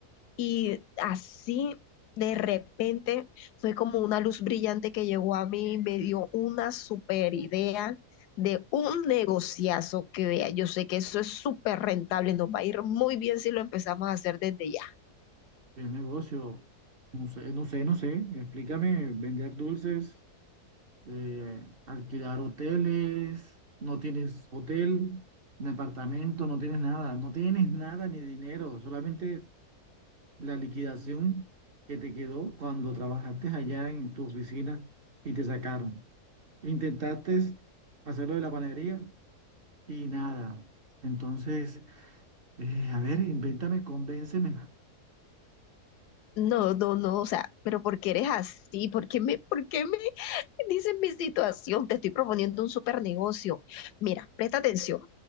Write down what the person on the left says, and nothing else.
Y así, de repente, fue como una luz brillante que llegó a mí y me dio una super idea de un negociazo que vea. Yo sé que eso es súper rentable, nos va a ir muy bien si lo empezamos a hacer desde ya.
No, no, no, o sea, pero ¿por qué eres así? ¿Por qué me, por qué me <laughs> dices mi situación? Te estoy proponiendo un super negocio. Mira, presta atención.